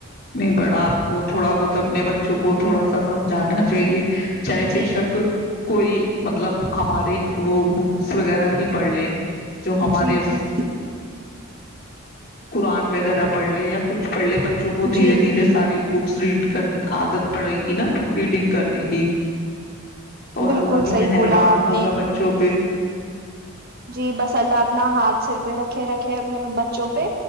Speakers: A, on the left (about 45°); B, on the right (about 45°).
A: نہیں بڑا آپ کو تھوڑا بہت اپنے بچوں کو تھوڑا سا سمجھانا چاہیے چاہے
B: ہے جی
A: بے شک کوئی مطلب ہمارے وہ بکس وغیرہ ہی پڑلیں جو ہمارے
B: جی
A: اس
B: جی
A: قرآن وغیرہ پڑھ لے یا کچھ پڑھ لے بچ کو دھیرے
B: جی
A: دھیرے ساری بکس ریڈ کرنے عادت پڑے گی نا بک ریڈنگ کرنے کی اور
B: بالکل
A: اللہ بھی
B: صحیح
A: مہربان
B: بولا آپ
A: ہوگا
B: نے
A: بچوں پہ
B: جی بس اللہ اپنا ہاتھ سر پہ رکھے رکھے اپنے بچوں پہ